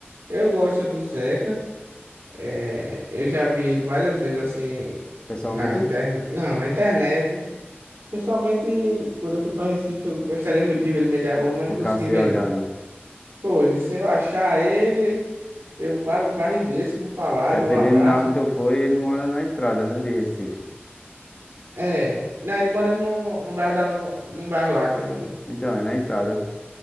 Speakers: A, on the right (about 80°); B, on the left (about 25°).
A: eu gosto do Zeca. é, eu já vi ele várias vezes, assim,
B: pessoalmente,
A: na internet. Não, na internet. Pessoalmente, quando eu fui pra Recife, eu gostaria muito de ver ele no meio da rua, mas não
B: ficar
A: consegui
B: se
A: ver,
B: olhando.
A: não. Pô, ele- se eu achar ele. Eu paro o carro e desço, vou falar,
B: Dependendo
A: dou um abraço.
B: de onde tu foi, ele mora na entrada, né, de Recife.
A: É, né, ele mora no, no, no bairro da Nova, no bairro lá, que não,
B: Então, é na entrada,